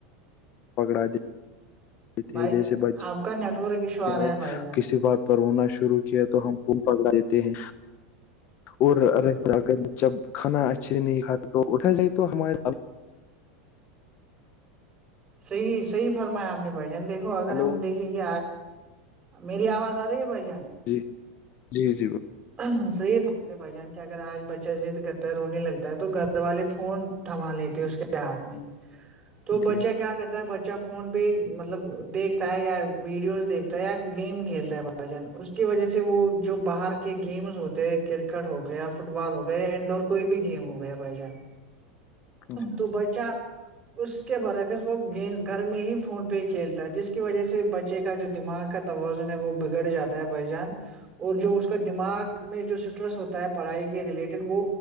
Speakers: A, on the left; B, on the right.
A: پکڑا دیتے تھے
B: بھائی
A: جیسے بچے
B: آپ کا نیٹ ورک ایشو آ رہا
A: نے
B: ہے بھائی جان
A: کسی بات پر ہونا شروع کیا تو ہم خون پکڑا دیتے ہیں اور رہ جب کھانا اچھے سے نہیں کھا تو اٹھا جائے تو ہمارے
B: صحیح صحیح فرمایا آپ نے بھائی جان دیکھو اگر
A: ہلو
B: ہم دیکھیں گے میری آواز آ رہی ہے بھائی جان
A: جی جی جی وہ
B: ی بھ جان کے اگر آج بچہ ضد کرتا ہے رونے لگتا ہے تو گھر والے فون تھما لیتے اس کے ہاتھ میں تو
A: جی
B: بچہ
A: جی
B: کیا کرتا ا بچہ فون پہ مطلب دیکھتا ہے یا ویڈیوز دیکھتا ہے یا گیم کھیلتا ہے ب بجن اس کی وجہ سے وہ جو باہر کے گیمز ہوتے ہیں کرکٹ ہو گیایا فٹ بال ہو گیا یا انڈور کوئی بھی گیم ہو گیا بھائی جان
A: جی
B: تو بچہ اس کے برعکر وہ گیم گھر میں ہی فون پہ ہی کھیلتا ہے جس کی وجہ سے بچے کا جو دماغ کا توازن ہے وہ بگڑ جاتا ہے بھائی جان اور جو اس کا دماغ میں جو اسٹریس ہوتا ہے پڑھائی کے ریلیٹڈ وہ